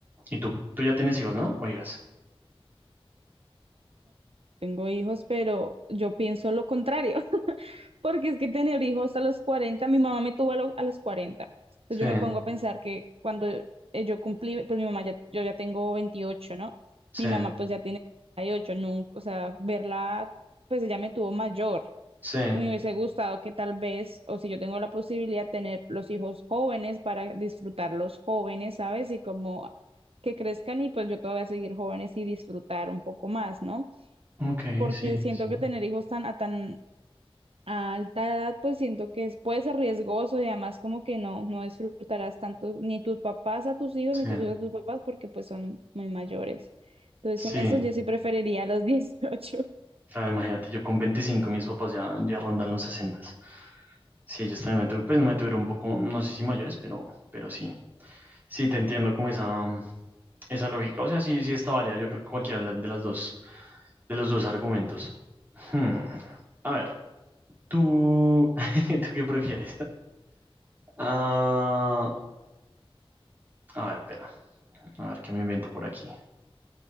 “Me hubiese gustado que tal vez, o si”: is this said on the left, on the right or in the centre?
Right